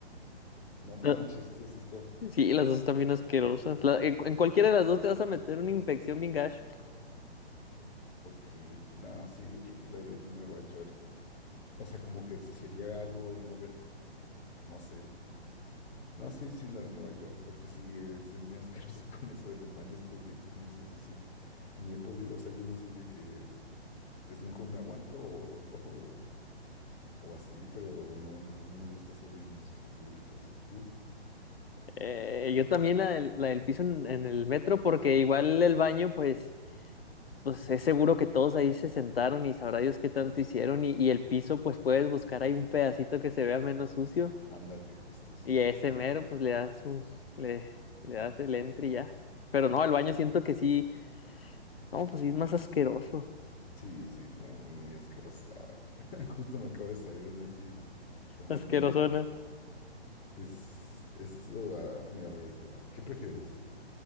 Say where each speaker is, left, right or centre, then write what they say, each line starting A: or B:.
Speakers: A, on the left; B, on the left.
A: No manches,
B: La-
A: esa sí está.
B: Sí, las dos están bien asquerosas. La- en, en cualquiera de las dos te vas a meter una infección bien gacho.
A: Ok. No, sí, yo creo que la de Nueva York. O sea, como que sería algo no ver, no sé. No, sí, sí, la de Nueva York, porque sí, eh, soy muy asqueroso <laughs> con eso de los baños públicos, no sé, eso sí, me- ni he podido, o sea, yo no soy de que es mejor me aguanto o, o, o así, pero no, no, no me gusta hacer en los públicos. ¿Tú?
B: Eh, yo también la del, la del piso en, en el metro, porque igual el baño, pues. pues es seguro que todos ahí se sentaron y sabrá Dios qué tanto hicieron y, y el piso pues puedes buscar ahí un pedacito que se vea menos sucio
A: Ándale, justo, sí,
B: y
A: sí,
B: a ese
A: sí.
B: mero pues le das un, le, le das el entre y ya. Pero no, el baño siento que sí, no, pues sí es más asqueroso,
A: Sí, sí, no, muy, muy asqueroso. <laughs> Justo me acaba de salir una así, también
B: asquerosona.
A: medio. Pues, eso, ah, mira, ve, ahí te va. ¿Qué prefieres?